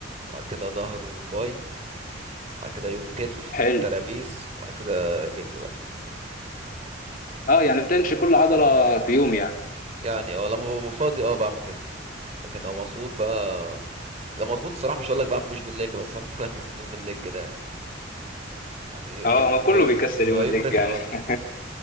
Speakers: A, on the right; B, on the left.
A: وبعد كده ظهر وباي وبعد كده يوم كتف
B: حلو
A: والترابيس وبعد كده رجل بقى
B: اه يعني بتمشي كل عضله في يوم يعني
A: يعني اه لما ببقى فاضي اه بعمل كده لكن لو مضغوط بقى لو مضغوط الصراحة مش هقول لك بعمل بوش بالليج بس ساعات ممكن افكس اليوم الليج ده يعني يعني يو-
B: اه
A: يوم
B: ما
A: بيبقى
B: كله بيكسل
A: بيبقى
B: يوم الليج
A: يوم رخم
B: يعني
A: قوي
B: <laughs>